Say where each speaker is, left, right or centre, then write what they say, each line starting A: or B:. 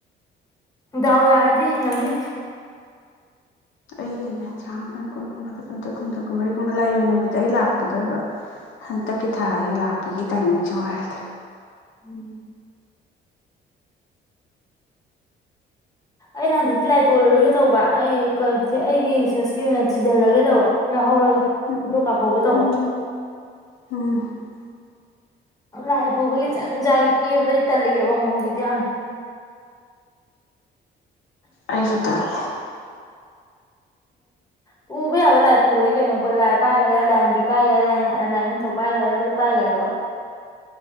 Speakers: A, on the left (about 20°); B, on the left (about 75°).
A: ꯗꯥꯎ ꯌꯥꯔꯗꯤ ꯅꯪꯅꯤ
B: ꯑꯩꯒꯤꯅꯦ ꯇꯔꯥꯃꯥꯄꯜ ꯀꯨꯟ ꯀꯨꯝꯟꯥꯊꯣꯏ ꯀꯨꯟꯊ꯭ꯔꯨ ꯍꯨꯝꯗ꯭ꯔ ꯀꯨꯟꯃꯔꯤꯒꯨꯝꯕ ꯂꯩꯔꯣꯏ ꯅꯨꯃꯤꯠꯇ ꯑꯩ ꯂꯥꯛꯀꯗꯣꯏꯕ ꯍꯟꯇꯛꯀꯤ ꯊꯥꯒꯤ ꯂꯥꯛꯄꯒꯤ ꯇꯥꯏꯃꯤꯡꯁꯨ ꯑꯣꯏꯔꯗꯤ
A: ꯎꯝ ꯑꯩꯅ ꯍꯟꯗꯛꯇꯤ ꯂꯥꯏ ꯄꯨꯣꯛꯔꯔꯣꯏꯒꯦ ꯇꯧꯕ ꯑꯩꯩꯅ ꯑꯩꯒꯤ ꯔꯤꯁꯔꯁꯀꯤ ꯑꯣꯏꯅ ꯊꯤꯖꯤꯜꯂꯒꯦ ꯇꯧꯕ ꯌꯥꯎꯍꯧꯔꯒ
B: ꯎꯝ
A: ꯐꯣꯇꯣ ꯀꯥꯞꯍꯧꯒꯦ ꯇꯧꯕ
B: ꯎꯝ ꯑꯝ
A: <unintelligible> ꯄꯨꯕꯒꯤ ꯍꯟꯖꯟ ꯀꯕꯗꯩ ꯇꯜꯂꯤꯑꯩ ꯑꯃꯨꯛ ꯍꯧꯖꯤꯛ ꯌꯥꯝ
B: ꯑꯩꯁꯨ ꯇꯜꯂꯤ
A: ꯄꯨꯕ ꯌꯥꯕ ꯂꯥꯏ ꯄꯨꯈꯔꯦ ꯀꯩꯅꯣ ꯑꯩꯈꯣꯏ ꯂꯥꯏ ꯄꯥꯏꯈꯔꯦ ꯂꯥꯏꯔꯦꯝꯕꯤ ꯄꯥꯏꯈꯔꯦ ꯂꯥꯏꯅꯤꯡꯊꯧ ꯄꯥꯏꯈꯔꯦ ꯂꯣꯏ ꯄꯥꯏꯈꯔꯦꯈꯣꯏ